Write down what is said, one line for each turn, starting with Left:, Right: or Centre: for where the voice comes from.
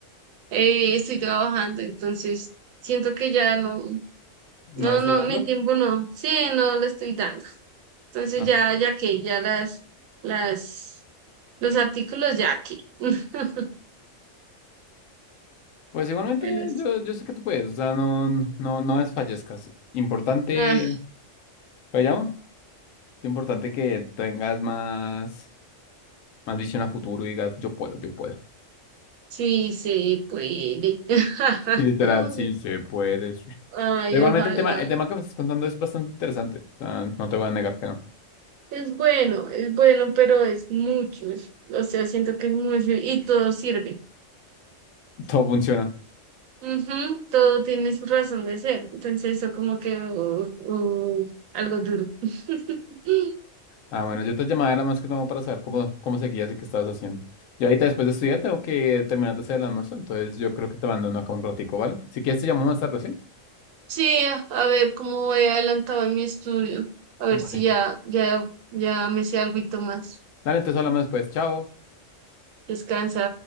Right: eh, estoy trabajando, entonces siento que ya no,
Left: no
Right: no,
Left: le estás
Right: no,
Left: dando.
Right: mi tiempo no, sí, no lo estoy dando. Entonces
Left: Ah,
Right: ya, ya que, ya las, las Los artículos ya aquí. <laughs>
Left: Pues igualmente
Right: Pero sí.
Left: yo, yo sé que tú puedes, o sea, no, no, no desfallezcas. Importante,
Right: Ah,
Left: vaya, importante que tengas más, más visión a futuro y digas, yo puedo, yo puedo.
Right: sí, se puede. <laughs>
Left: Y literal,
Right: Mm,
Left: sí, se puede. sí.
Right: Ay,
Left: Pero igualmente
Right: ojalá.
Left: el tema, el tema que me estás contando es bastante interesante. o sea, no te voy a negar que no.
Right: Es bueno, es bueno, pero es mucho. es- O sea, siento que es mucho y todo sirve.
Left: <laughs> Todo funciona.
Right: Ujú, todo tiene su razón de ser. Entonces, eso como que uh, uh, algo duro. <laughs>
Left: Ah, bueno, yo te llamaba era más que todo para saber cómo, cómo seguías y qué estabas haciendo. Yo ahorita después de estudiar tengo que terminar de hacer el almuerzo, entonces yo creo que te abandono acá un ratico, ¿vale? Si quieres te llamo más tarde, ¿sí?
Right: Sí, a ver cómo voy adelantado en mi estudio. A ver
Left: Dale.
Right: si ya, ya, ya me sé algo más.
Left: Dale, entonces hablamos después. Chao.
Right: Descansa.